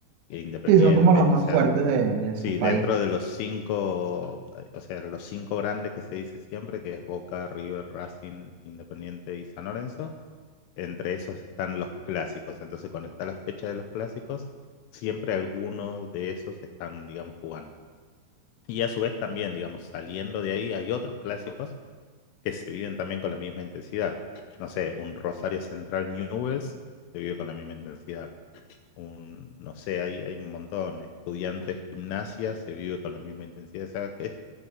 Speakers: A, on the left; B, on the right.
A: e Independiente.
B: Sí, son como los más
A: O sea,
B: fuertes de, de
A: sí,
B: su país.
A: dentro de los cinco, o sea, los cinco grandes que se dice siempre, que es Boca, River, Racing, Independiente y San Lorenzo, entre esos están los clásicos. Entonces, cuando está la fecha de los clásicos, siempre algunos de esos están, digamos, jugando. Y a su vez también, digamos, saliendo de ahí, hay otros clásicos que se viven también con la misma intensidad. No sé, un Rosario Central Newells se vive con la misma intensidad. Un, no sé, hay, hay un montón. Estudiantes Gimnasia se vive con la misma intensidad. O sea, que es,